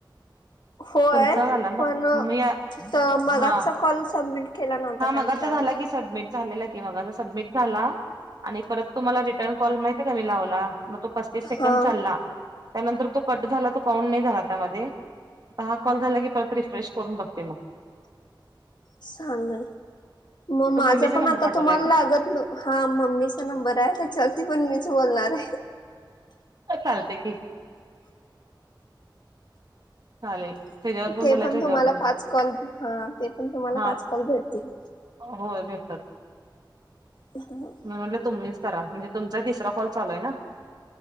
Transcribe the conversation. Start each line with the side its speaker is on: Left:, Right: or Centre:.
Left: होय
Right: तुमचा झाला ना
Left: पणऽ
Right: मी
Left: तर मगाजचा
Right: हा
Left: कॉल सबमिट केला नव्हता
Right: हा
Left: काय
Right: मगाचा
Left: विचारालोय?
Right: झाला की सबमिट झालेला कि, मगाचचा सबमिट झाला. आणि परत तुम्हाला रिटर्न कॉल, माहिती आहे का मी लावला, मग तो पस्तीस
Left: हा
Right: सेकंड चालला. त्यानंतर तो कट झाला तर, काौन नाही झाला त्यामध्ये. आता हा, कॉल झाला की परत रिफ्रेश करून बघते मग.
Left: सांगल,, मग माझं
Right: तो मम्मीचा
Left: पण
Right: नंबर
Left: आता
Right: पाठवलाय
Left: तुम्हाला लागत नऽ हा मम्मीचा नंबर आहे, त्याच्यावरती पण मीच बोलणार आहे,
Right: चालतय की. चालेल. त्याच्यावर
Left: ते
Right: बोलायचं
Left: पण
Right: ह्याच्यावर
Left: तुम्हाला पाच कॉल,, हा,, ते पण तुम्हाला
Right: हा
Left: पाच कॉल भेटतील.
Right: होय भेटतात.
Left: हो,
Right: मी म्हटलं तुमीच करा, म्हणजे तुमचा तिसरा कॉल चालूय ना.